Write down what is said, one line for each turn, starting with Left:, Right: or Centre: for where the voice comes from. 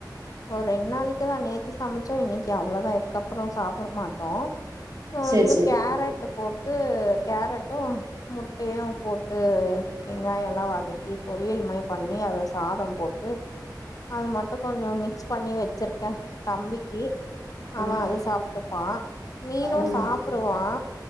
Left: ஒரு ரெண் நாளைக்கு தா நேத்து சமைச்சோ இன்னைக்கு அவ்ளோதா இதுக்கப்புறோ சாப்ட மாட்டோ
Right: சேரி
Left: வந்து
Right: சேரி
Left: கேரட் போட் ட்டு கேரட்டு முட்டையு போட்டு வெங்காயோ ல்லா வதக்கி பொரியல் மாரி பண்ணி அத சாதம் போட்டு அது மட்டு கொஞ்சோ மி க்ஸ் பண்ணி வச்சிருக்கே தம்பிக்கு அவ
Right: ம்
Left: அது சாப்ட்டுப்பா மீனு
Right: ம்
Left: சாப்புடுவா